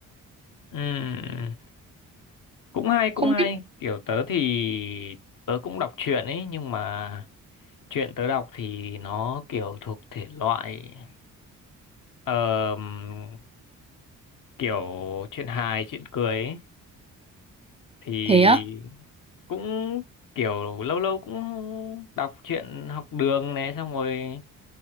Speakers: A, on the left (about 65°); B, on the right (about 15°).
A: ừm, cũng hay, cũng
B: Không
A: hay.
B: biết
A: Kiểu tớ thì tớ cũng đọc truyện ấy, nhưng mà truyện tớ đọc thì nó kiểu thuộc thể loại ờm, kiểu chuyện hài, chuyện cười ấy. Thì
B: thế á.
A: cũng kiểu lâu lâu cũng đọc truyện học đường này, xong rồi